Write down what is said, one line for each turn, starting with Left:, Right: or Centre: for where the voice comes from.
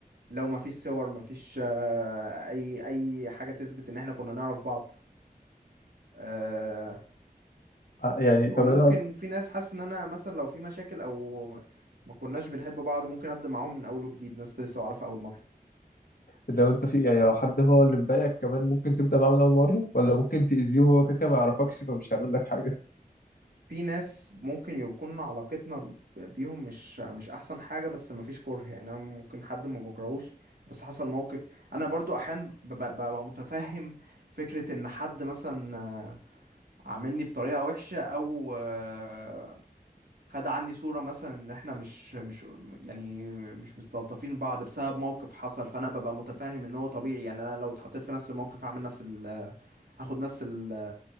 Right: لو مفيش صور مفيش آه، أي أي حاجة تثبت إن إحنا كنا نعرف بعض آه،
Left: يعني
Right: وممكن
Left: طب انا أص-
Right: في ناس حاسس إن أنا مثلا لو في مشاكل أو ما كناش بنحب بعض ممكن أبدأ معاهم من أول وجديد ناس لسه أعرفها أول مرة
Left: لو انت في يعني لو حد هو اللي مضايقك كمان ممكن تبدأ معاه من اول مرة ولا ممكن تأذيه وهو كده كده ما يعرفكش فمش هيعمل لك حاجة
Right: في ناس ممكن يكون علاقتنا ب- بيهم مش مش احسن حاجه بس مفيش كره يعني انا ممكن حد ما بكرهوش بس حصل موقف انا برضو احيانا ببقى ببقى متفهم فكره ان حد مثلا آه، عاملني بطريقه وحشه او آه، خد عني صوره مثلا ان احنا مش مش يعني مش مستلطفين بعض بسبب موقف حصل فانا ببقى متفهم ان هو طبيعي يعني انا لو اتحطيت في نفس الموقف هعمل نفس ال هاخد نفس ال